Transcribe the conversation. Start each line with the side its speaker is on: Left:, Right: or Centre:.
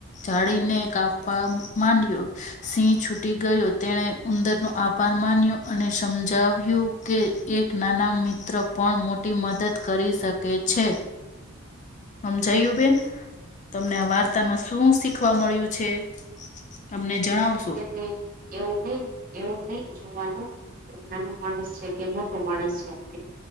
Left: જાળીને કાપવા માંડ્યો સિંહ છૂટી ગયો તેને ઉંદરનો આપ પરારમાન્યું અને સમજાવ્યું કે એક નાના મિત્ર પણ મોટી મદદ કરી શક તે છે સમજયું બેન તમને આ વાર્તામાં શું શીખ વા મળ્યું છે અમને જણાવ.
Right: એમ અહીં એવું નહી એવું નહી જોવાનું નાનો માણસ છે કે મો ટો માણસ છે <unintelligible>